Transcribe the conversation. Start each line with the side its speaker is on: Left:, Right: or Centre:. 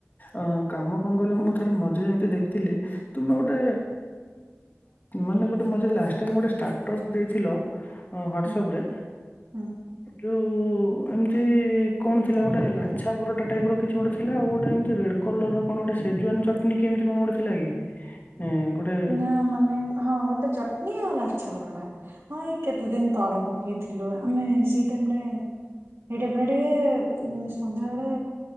Left: ଅ କାମ କଣ କହିଲ ମୁଁ ଥରେ ମଝିରେ ଏମିତି ଦେଖଥିଲି ତୁମେ ଗୋଟେ ମାନେ ଗୋଟେ ମଝିରେ ଲାଷ୍ଟ ଟାଇମ ଗୋଟେ ଷ୍ଟାଟସ୍ ଦେଇଥିଲ ହ୍ବାଟସପରେ
Right: ହୁଁ ହୁଁ
Left: ଯୋଉ ଯୋଉ ଏମିତି କଣ ଥିଲା ଗୋଟେ ଲାଛା ପରଟା ଟାଇପ ର କିଛି ଗୋଟେ ଥିଲା ଆଉ ଗୋଟେ ଏମ ରେଡ କଲର କଣ ଗୋଟେ ସେଜୱାନ ଚଟଣୀ କି ଏମତି କଣ ଗୋଟେ ଥିଲା କି? ଏଁ ଗୋଟେ
Right: ନା ମାନେ ହଁ ଗୋଟେ ଚଟନୀ ଆଉ ଲାଲ ଲାଛା ପରାଟା ହଁ ଏଇ କେତେ ଦିନ ତଳେ ପକେଇିଥି ଥିଲୁ ଆମେ ସେଇ ଟାଇମରେ ସେ ଟାଇମରେ ଟିକେ ସନ୍ଧ୍ୟାବେଳେ